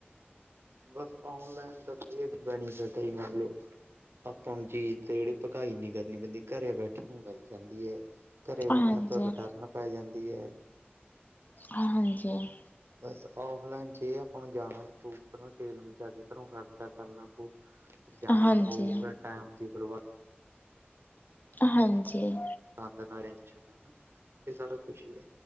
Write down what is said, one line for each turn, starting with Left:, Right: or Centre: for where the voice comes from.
Right: ਬਸ ਔਨਲਾਈਨ ਤਾਂ ਜੀ ਏਹ ਬੈਨੀਫਿਟ ਆ ਜੀ ਮੰਨ ਲਓ ਆਪਾਂ ਨੂੰ ਚੀਜ਼ ਤੇ ਜੇੜੀ ਪਕਾਈ ਨੀ ਕਰਨੀ ਪੈਂਦੀ ਘਰੇ ਬੈਠਣ ਨੂੰ ਮਿਲ ਜਾਂਦੀ ਹੈ। ਘਰੇ ਬੈਠਿਆਂ
Left: ਹਾਂਜੀ
Right: ਤੋਂ ਰਿਟਰਨ ਪੈ ਜਾਂਦੀ ਹੈ।
Left: ਹਾਂਜੀ ਹਾਂਜੀ
Right: ਬਸ ਔਫਲਾਈਨ ਚ ਏ ਆ ਆਪਾਂ ਨੂੰ ਜਾਣਾ ਪਉ ਤੇਲ ਬਚਾ ਕੇ ਘਰੋਂ ਖਰਚਾ ਕਰਨਾ ਪੂ। ਜਾਣਾ
Left: ਹਾਂਜੀ
Right: ਪਾਊ ਫਿਰ ਟਾਈਮ ਦੀ ਬਰਬਾਦੀ
Left: ਹਾਂਜੀ।
Right: ਆਨੰਦ <unintelligible> ਸਾਨੂੰ ਖੁਸ਼ੀ ਹੈ